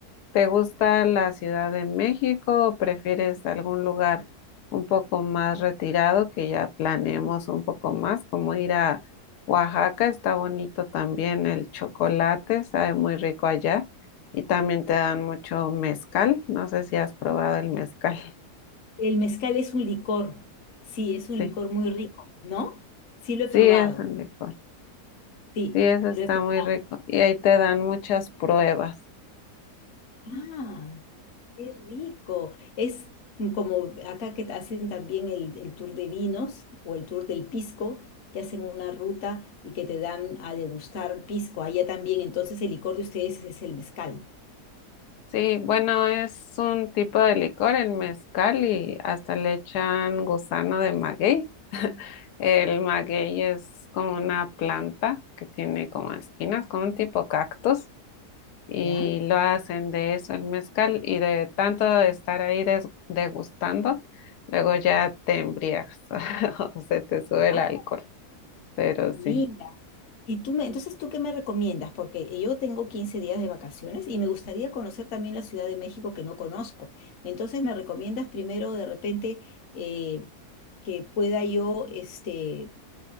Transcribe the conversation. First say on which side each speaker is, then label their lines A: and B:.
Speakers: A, on the left; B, on the left.
A: ¿Te gusta la Ciudad de México o prefieres algún lugar un poco más retirado que ya planeemos un poco más, como ir a Oaxaca? Está bonito también el chocolate, sabe muy rico allá y también te dan mucho mezcal. No sé si has probado el mezcal. <laughs>
B: El mezcal es un licor, sí, es
A: Sí,
B: un licor muy rico, ¿no? Sí, lo he probado,
A: sí es un licor.
B: sí,
A: Sí, eso
B: lo
A: está
B: he probado.
A: muy rico y ahí te dan muchas pruebas.
B: Ah. Qué rico. Es como acá que hacen también el, el tour de vinos o el tour del pisco, que hacen una ruta y que te dan a degustar pisco. Allá también, entonces el licor de ustedes es el mezcal.
A: Sí, bueno, es un tipo de licor, el mezcal, y hasta le echan gusano de maguey. <laughs> El maguey es como una planta que tiene como espinas, como un tipo cactus, y
B: ¿Ya?
A: lo hacen de eso el mezcal, y de tanto estar ahí des- degustando, luego ya te embriagas <laughs> o se te sube el
B: Ah,
A: alcohol, pero
B: mira.
A: sí.
B: Y tú me, entonces, ¿tú qué me recomiendas? Porque yo tengo 15 días de vacaciones y me gustaría conocer también la Ciudad de México que no conozco. Entonces, ¿me recomiendas primero de repente eh, que pueda yo, este,